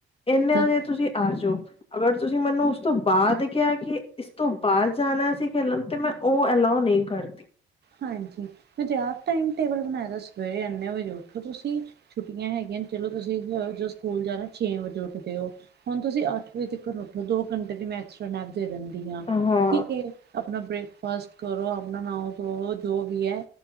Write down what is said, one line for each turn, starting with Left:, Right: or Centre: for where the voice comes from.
Left: ਇੰਨੇ
Right: ਹਾਂ।
Left: ਵਜੇ ਤੁਸੀਂ ਆਜੋ ਅਗਰ ਤੁਸੀਂ ਮੈਨੂੰ ਉਸ ਤੋਂ ਬਾਅਦ ਕਿਹਾ ਕਿ ਇਸ ਤੋਂ ਬਾਅਦ ਜਾਨਾ ਸੀ ਖੇਲਣ ਤੇ ਮੈਂ ਉਹ ਐਲਾਓ ਨੀ ਕਰਦੀ
Right: ਹਾਂਜੀ, ਮੈਂ ਤੇ ਆਪ ਟਾਈਮ ਟੇਬਲ ਬਣਾਏ ਦਾ ਸਵੇਰੇ ਇੰਨੇ ਵਜੇ ਉੱਠੋ ਤੁਸੀਂ ਛੁੱਟੀਆਂ ਹੈਗੀਆਂ ਨੇ ਚਲੋ, ਤੁਸੀਂ <unintelligible> ਜੋ ਸਕੂਲ ਜਾਣਾ ਛੇ ਵਜੇ ਉੱਠਦੇ ਹੋ ਹੁਣ ਤੁਸੀਂ ਅੱਠ ਵਜੇ ਤੀਕਰ ਉੱਠੋ ਦੋ ਘੰਟੇ ਦੀ ਮੈਂ ਟਰਾ ਨੈਪ ਦੇ ਦਿੰਦੀ ਆਂ
Left: ਹਾਂ ਹਾਂ
Right: ਠੀਕ ਹੈ। ਆਪਣਾ ਬ੍ਰੇਕਫਾਸਟ ਕਰੋ ਆਪਣਾ ਨਾਓ <unintelligible> ਜੋ ਵੀ ਐ